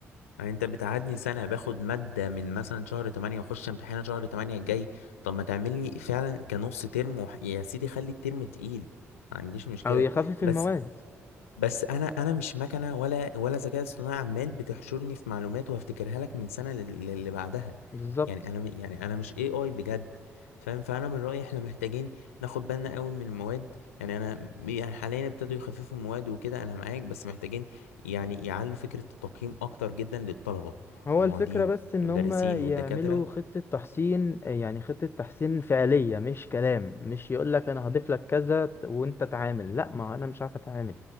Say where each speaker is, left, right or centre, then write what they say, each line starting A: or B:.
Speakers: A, on the left; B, on the left.
A: يعني انت بتقعدني سنة باخد مادة من مثلا شهر تمانية واخش امتحانها شهر تمانية الجاي طب ما تعمل لي فعلا كنص ترم وح... يا سيدي خلي الترم تقيل ما عنديش مشكلة
B: أو يخفف
A: بس
B: المواد
A: بس انا انا مش مكنه ولا ولا ذكاء اصطناعي عمال بتحشرني في معلومات وهفتكرها لك من سنه لل- للي بعدها
B: بالظبط
A: يعني انا م- يعني انا مش اي اي بجد فاهم فانا من رايي احنا محتاجين ناخد بالنا قوي من المواد يعني انا م- يعني حاليا ابتدوا يخففوا المواد وكده انا معاك بس محتاجين يعني يعلوا فكره التقييم اكتر جدا للطلبه
B: هو
A: والمعيدين
B: الفكرة بس إن
A: والمدرسين
B: هما يعملوا
A: والدكاتره
B: خطة تحسين يعني خطة تحسين فعلية مش كلام مش يقولك أنا هضيف لك كذا ت- وأنت تعامل لأ ما هو أنا مش عارف أتعامل